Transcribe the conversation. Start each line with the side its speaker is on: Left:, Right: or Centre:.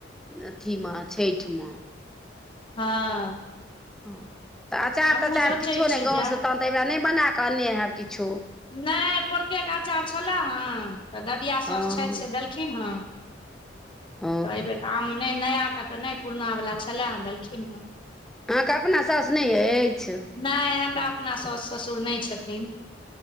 Centre: अथीमे छैठ मे
Left: हँ
Centre: हँ तऽ अचार
Left: हमहूँ
Centre: तचार
Left: सोचै
Centre: किछो
Left: छियै
Centre: नहि गाँवसँ
Left: जायब
Centre: तहन तऽ एहिरा नहि बना कऽ अनने हेब किछो
Left: नाय पोरकेकअचार छलै हँ तऽ ददिया सस
Centre: हँ
Left: छथि से देल कीन्ह
Centre: ओ
Left: त अही बेर आम नै नया के त नै पुरना बला छलाह देलखिन हँ
Centre: अहाँके अपना सौस नहि अछि
Left: नहि हमरा अपना सास ससुर नहि छथिन